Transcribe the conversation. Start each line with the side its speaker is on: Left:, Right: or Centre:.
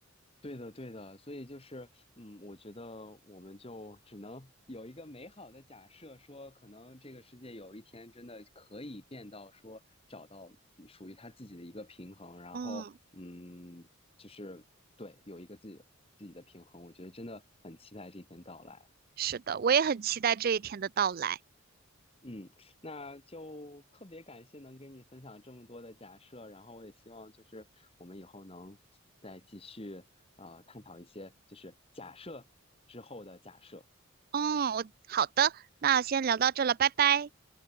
Left: 对的，对的，所以就是，嗯，我觉得我们就只能有一个美好的假设，说可能这个世界有一天真的可以变到说找到嗯属于他自己的一个平衡，然后，
Right: 嗯，
Left: 嗯，就是对，有一个自己的自己的平衡，我觉得真的很期待这一天到来。
Right: 是的，我也很期待这一天的到来。
Left: 嗯，那就特别感谢能跟你分享这么多的假设，然后我也希望就是我们以后能再继续啊、呃探讨一些就是假设之后的假设。
Right: 嗯，我好的，那先聊到这了，拜拜。